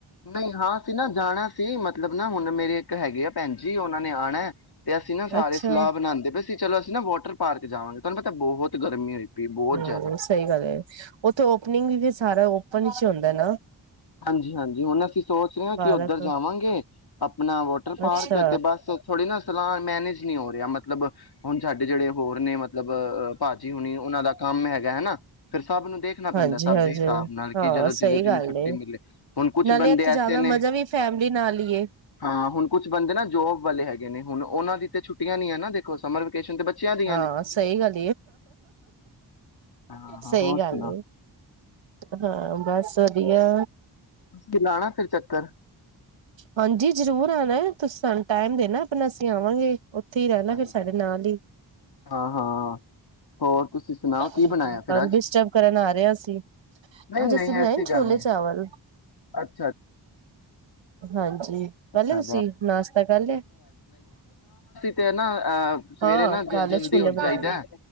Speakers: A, on the left; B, on the right.
A: ਨਹੀਂ, ਹਾਂ, ਅਸੀ ਨਾ ਜਾਣਾ ਸੀ, ਮਤਲਬ ਮਤਲਬ ਨਾ, ਹੁਣ ਮੇਰੇ ਇੱਕ ਹੈਗੇ ਆ ਭੈਣ ਜੀ, ਉਹਨਾਂ ਨੇ ਆਉਣਾ। ਤੇ, ਅਸੀਂ ਨਾ ਸਾਰੇ
B: ਅੱਛਾ
A: ਸਲਾਹ ਬਣਾਂਦੇ ਪਏ ਸੀ, ਚਲੋ ਨਾ ਵਾਟਰ ਪਾਰਕ ਜਾਵਾਂਗੇ, ਤੁਹਾਨੂੰ ਪਤਾ ਬਹੁਤ ਗਰਮੀ ਹੋਈ। ਪਈ ਬਹੁਤ
B: ਹਮ,
A: ਜ਼ਿਆਦਾ
B: ਸਹੀ ਗੱਲ ਹੈ, ਉੱਥੇ ਓਪਨਿੰਗ ਵੀ ਫਿਰ ਸਾਰਾ ਆਪਾਂ ਨੀਚੇ ਹੁੰਦਾ ਨਾ
A: ਹਾਂਜੀ, ਹਾਂਜੀ, ਹੁਣ ਅਸੀਂ ਸੋਚ ਰਹੇ ਹਾਂ,
B: ਪਾਰਕ
A: ਕਿ ਉੱਧਰ ਜਾਵਾਂਗੇ ਆਪਣਾ ਵਾਟਰ ਪਾਰਕ
B: ਅੱਛਾ
A: ਤੇ, ਬਸ ਥੋੜ੍ਹੀ ਨਾ ਸਲਾਹ ਮੈਨੇਜ ਨਹੀਂ ਹੋ ਰਿਹਾ ਮ ਮਤਲਬ ਹੁਣ ਸਾਡੇ ਜਿਹੜੇ ਹੋਰ ਨੇ, ਮਤਲਬ ਭਾਜੀ ਹੁਣੀ ਉਹਨਾਂ ਦਾ ਕੰਮ ਹੈਗਾ ਹਨਾ, ਫਿਰ ਸਭ ਨੂੰ ਦੇਖਣਾ ਪੈਂਦਾ,
B: ਹਾਂਜੀ-ਹਾਂਜੀ
A: ਸਭ ਦੇ ਹਿਸਾਬ ਨਾਲ
B: ਹਾਂ
A: ਕਿ, ਜਦੋਂ
B: ਸਹੀ
A: ਜੀਨੁ
B: ਗੱਲ
A: ਛੁੱਟ
B: ਏ
A: ਹੁਣ, ਕੁਛ
B: ਨਾਲੇ
A: ਬੰਦੇ
B: ਇੱਥੇ ਜਾਣ
A: ਐਸੇ
B: ਦਾ
A: ਨੇ,
B: ਮਜ਼ਾ ਵੀ ਫੈਮਿਲੀ ਨਾਲ ਹੀ ਏ।
A: ਹਾਂ ਹੁਣ ਕੁਛ ਬੰਦੇ ਨਾ ਜੋਬ ਵਾਲੇ ਹੈਗੇ ਨੇ, ਹੁਣ ਉਹ ਉਹਨਾ ਦੀ ਤੇ ਛੁੱਟੀਆ ਨੀ ਹੈ, ਨਾ ਦੇਖੋ ਸਮਰ ਵੇਕੇਸ਼ਨ ਤੇ ਬੱਚਿਆਂ ਦੀਆਂ
B: ਹਾਂ,
A: ਨੇ
B: ਸਹੀ ਗੱਲ,
A: ਹਾਂ
B: ਸਹੀ
A: ਹੋਰ ਸੁਣਾ
B: ਗੱਲ, ਹਾਂ ਬਸ। ਵਧੀਆ।
A: ਅਸੀ ਲਾਣਾ ਫਿਰ ਚੱਕਰ
B: ਹਾਂਜੀ। ਜਰੂਰ ਆਉਣਾ ਹੈ, ਤੁਸੀਂ ਸਾਨੂੰ ਟਾਈਮ ਦੇਣਾ ਆਪਣਾ ਅਸੀਂ ਆਵਾਂਗੇ। ਉਥੇ ਰਹਿਣਾ
A: ਹਾਂਜੀ
B: ਫਿਰ ਸਾਡੇ ਨਾਲ ਹੀ
A: ਹਾਂ ਹਾਂ ਹੋਰ ਤੁਸੀਂ ਸੁਣਾਓ ਕੀ
B: ਹਮ
A: ਬਣਾਇਆ
B: ਤੁਾਨੂੰ
A: ਫਿਰ ਅੱਜ
B: ਡਿਸਟਰਬ ਕਰਨ ਆ ਰਿਹਾ ਅ ਸੀ
A: ਨਹੀਂ-ਨਹੀਂ
B: ਅੱਜ ਅਸੀਂ ਬਣਾਏ
A: ਐਸੀ ਗੱਲ
B: ਛੋਲੇ
A: ਨਹੀਂ
B: ਚਾਵਲ
A: ਅੱਛਾ,
B: ਹਾਂਜੀ ਕਰ
A: ਅੱਛਾ
B: ਲਿਆ ਤੁਸੀਂ ਨਾਸ਼ਤਾ ਕਰ ਲਿਆ।
A: ਤੇ ਨਾ ਅਹ ਸਵੇਰੇ
B: ਹਾਂ
A: ਨਾ
B: ਕਾਲੇ
A: ਜਲਦੀ
B: ਛੋਲੇ
A: ਉੱਠ
B: ਬਣਾਏ
A: ਜਾਈਦਾ
B: ਨੇ।